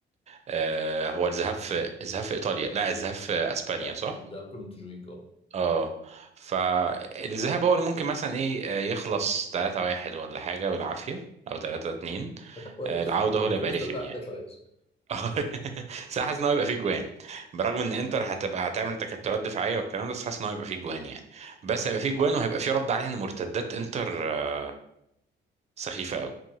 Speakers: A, on the right (about 35°); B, on the left (about 30°).
A: آه هو الذهاب في الذهاب في ايطاليا لا الذهاب في اسبانيا
B: لا
A: صح
B: ده قبل مونتجويك اه
A: اه فالذهاب هو اللي ممكن مثلا ايه آه، يخلص 3-1 ولا حاجة بالعافية او 3-2
B: ده كويس
A: آه، العودة
B: لو
A: هو اللي
B: خلص
A: هيبقى رخم
B: 3 1
A: يعني
B: ده كويس
A: اه <laughs> بس أنا حاسس ان هو يبقى فيه جوان برغم ان انتر هتبقى هتعمل تكتلات دفاعيه والكلام ده بس حاسس ان هو هيبقى فيه جوان يعني بس هيبقى فيه جوان وهيبقى فيه رد عليها ان مرتدات انتر آه، سخيفه قوي